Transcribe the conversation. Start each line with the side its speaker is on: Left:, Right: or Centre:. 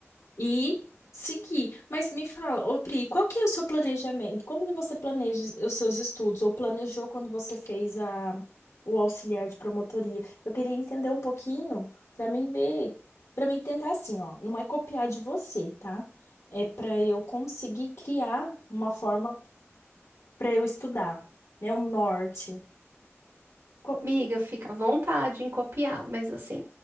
Left: e seguir. Mas me fala, ô Pri, qual que é o seu planejamento? Como que você planeja os seus estudos? Ou planejou quando você fez a, o auxiliar de promotoria? Eu queria entender um pouquinho para mim ver, para mim tentar assim, ó, não é copiar de você, tá? É para eu conseguir criar uma forma para eu estudar, né? Um norte. Co-
Right: Miga, fica à vontade em copiar, mas assim,